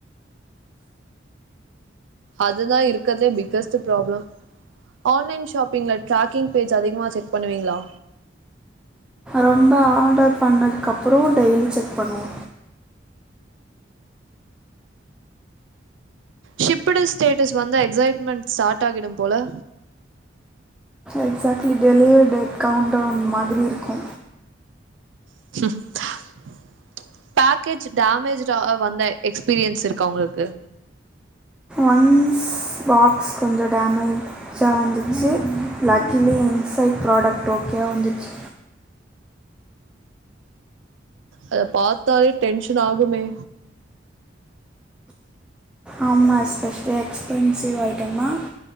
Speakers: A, on the right; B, in the centre.
A: அதுதா இருக்கறதுலே பிக்கஸ்ட் ப்ராப்ளம் ஆன்லைன் ஷாப்பிங்க்ல ட்ராக்கிங் பேஜ் அதிகமா செக் பண்ணுவீங்களா
B: ரொம்ப ஆடர் பண்ணதுக்கப்றோ டெய்லி செக் பண்ணுவோ
A: ஷிப்பிடு ஸ்டேட்டஸ் வந்தா எக்ஸைட்மெண்ட் ஸ்டார்ட் ஆகிடும் போல
B: எக்ஸாக்ட்லி டெலிவர் டேட் கவுண்டவுன் மாதிரி இருக்கோ
A: <unintelligible> பேக்கேஜ் டேமேஜ்டா ஆ வந்த எக்ஸ்பீரியன்ஸ் இருக்கா உங்களுக்கு
B: ஒன்ஸ் பாக்ஸ் கொஞ்சோ டேமேஜ் ஜா வந்துச்சு லக்கிலி இன்சைட் ப்ராடக்ட் ஓகேவா வந்துச்சு
A: அத பாத்தாலே டென்ஷன் ஆகுமே
B: ஆமா எஸ்பெஷலி எக்ஸ்பென்சிவ் ஐட்டம்னா